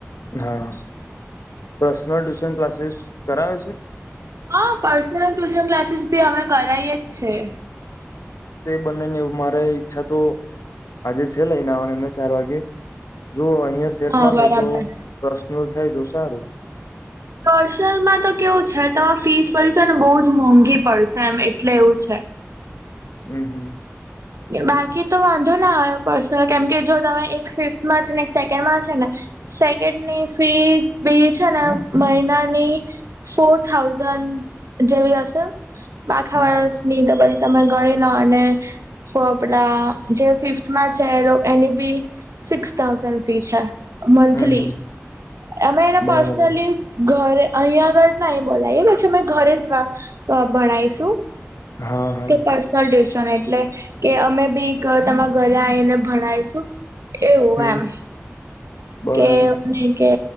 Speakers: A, on the left (about 85°); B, on the right (about 80°).
A: હા, પર્સનલ ટ્યુશન ક્લાસીસ કરાવે છે.
B: હા, પર્સનલ ટ્યુશન ક્લાસીસ બી અમે કરાઈએ જ છીએ.
A: બંને ને મારે ઈચ્છા તો આજે છે, લઈને આવવાની એમને ચાર વાગે. જો અહિયાં સેટ
B: હા
A: ના
B: બરાબર
A: થાય તો પ્રર્સનલ થાય તો સારું.
B: કરસલમાં તો કેવું છે, તમામે ફીસ ભરી તો ને બહુ જ મોંઘી પડશે એમ, એટલે એવું છે.
A: હમ, હમ.
B: બાકી તો વાંધો ના આવ્યો પર્સનલ, કેમ કે જો તમે એક ફિફ્થમાં છે ને, એક સેકન્ડમાં છે ને. સેકન્ડની ફી બી છે, ને મહિનાની ફોર થાઉઝન્ડ. જેવી હશે આખા
A: હમ
B: વર્ષની તો પછી તમે ગણી લો અને ફોપડા જે ફિફ્થમાં છે, એ એની બી સિક્સ થાઉઝન્ડ ફી છે. મંથલી
A: હમ હમ
B: એમાં એને
A: બરાબર
B: પર્સનલી ઘરે અહીયા આગળ ના એ બોલાય પછીમે ઘરે જ ભણાયશું
A: હા હા
B: કે પર્સનલ ટ્યુશને એટલે કે અમે બી ઘ તમારા ઘરે આવીને ભણાયશું. એવું
A: હમ
B: એમ
A: બરાબર
B: કેવું નહીં કે